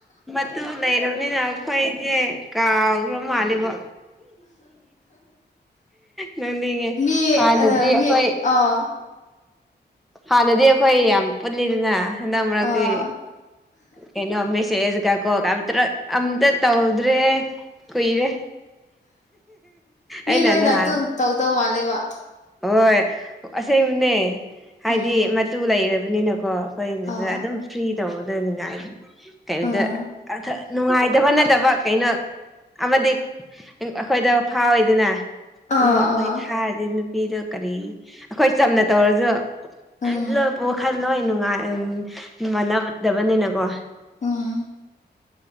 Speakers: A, in the centre; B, on the left (about 40°).
A: ꯃꯇꯨ ꯂꯩꯔꯕꯅꯤꯅ ꯑꯩꯈꯣꯏꯁꯦ ꯀꯥꯎꯈ꯭ꯔ ꯃꯥꯜꯂꯤꯕꯣ ꯅꯣꯛꯅꯤꯡꯉꯦ
B: ꯃꯤ
A: ꯍꯥꯟꯅꯗꯤ ꯑꯩꯈꯣꯏ
B: ꯃꯤ ꯑꯥ
A: ꯍꯥꯟꯅꯗꯤ ꯑꯩꯈꯣꯏ ꯌꯥꯝ ꯄꯨꯜꯂꯤꯗꯅ ꯍꯟꯗꯛ ꯃꯔꯛꯇꯤ
B: ꯑꯥ
A: ꯀꯩꯅꯣ ꯃꯦꯁꯦꯖ ꯀ ꯀꯣꯜ ꯒ ꯇꯔꯛ ꯑꯝꯇ ꯇꯧꯗ꯭ꯔꯦ ꯀꯨꯏꯔꯦ
B: ꯃꯤ
A: ꯑꯩꯅ
B: ꯂꯣꯏꯅ
A: ꯅꯍꯥꯟ
B: ꯑꯗꯨꯝ ꯇꯧꯗꯧ ꯃꯥꯂꯦꯕ
A: ꯍꯣꯏ ꯑꯁꯦꯡꯕꯅꯦ ꯍꯥꯏꯕꯗꯤ
B: ꯎꯝ
A: ꯃꯇꯨ ꯂꯩꯔꯕꯅꯤꯅꯀꯣ ꯍꯣꯏꯅꯦ
B: ꯑꯥ
A: ꯑꯗꯨꯝ ꯐ꯭ꯔꯤ ꯇꯧꯗꯣꯏꯅꯤꯉꯥꯏ ꯀꯩꯅꯣꯗ
B: ꯑꯥ
A: ꯅꯨꯡꯉꯥꯏꯇꯕ ꯅꯠꯇꯕ ꯀꯩꯅꯣ ꯑꯃꯗꯤ ꯑꯩꯈꯣꯏꯗ ꯐꯥꯎꯋꯤꯗꯅ
B: ꯑꯥ
A: ꯑꯃꯨꯛ ꯑꯩꯈꯣꯏ
B: ꯑꯥ
A: ꯊꯥꯔꯗꯤ ꯅꯨꯄꯤꯗꯨ ꯀꯔꯤ ꯑꯩꯈꯣꯏ ꯆꯝꯅ ꯇꯧꯔꯁꯨ <unintelligible>
B: ꯎꯝ
A: ꯋꯥꯈꯜ ꯂꯣꯏ ꯅꯨꯡꯉꯥꯏ ꯃꯥꯟꯅꯗꯕꯅꯤꯅꯀꯣ
B: ꯎꯝ